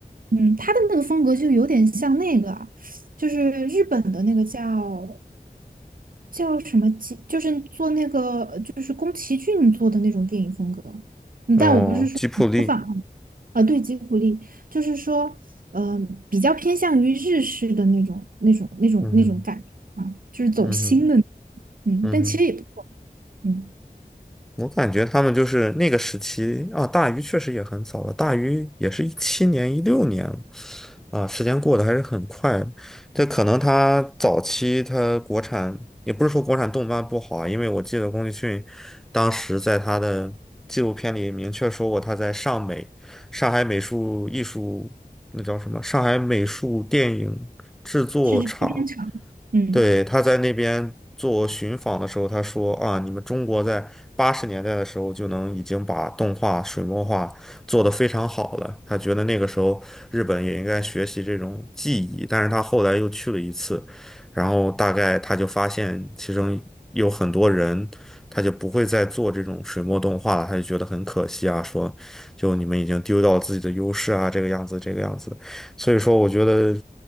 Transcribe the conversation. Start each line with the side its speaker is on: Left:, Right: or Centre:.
Right: 嗯，它的那个风格就有点像那个啊就是日本的那个叫叫什么吉？就是做那个呃就是宫崎骏做的那种电影风格。嗯，
Centre: 哦，
Right: 但我不是说模仿啊，
Centre: 吉卜力。
Right: 呃对，吉卜力，就是说，嗯、比较偏向于日式的那种、那种、那种、
Centre: 嗯哼，
Right: 那种感觉啊，就是走心的，
Centre: 嗯哼，
Right: 嗯，
Centre: 嗯哼。
Right: 但其实也不错，嗯，
Centre: 我感觉他们就是那个时期啊，大鱼确实也很早了，大鱼也是一七年、一六年了啊，时间过得还是很快的。这可能他早期他国产也不是说国产动漫不好啊，因为我记得宫崎骏当时在他的纪录片里明确说过，他在上美、上海美术艺术那叫什么？上海美术电影制作厂
Right: 是非常长，嗯。
Centre: 对，他在那边做寻访的时候，他说啊，你们中国在八十年代的时候就能已经把动画水墨画做得非常好了。他觉得那个时候日本也应该学习这种技艺，但是他后来又去了一次，然后大概他就发现其中有很多人他就不会再做这种水墨动画了，他就觉得很可惜啊，说就你们已经丢掉了自己的优势啊，这个样子，这个样子。所以说，我觉得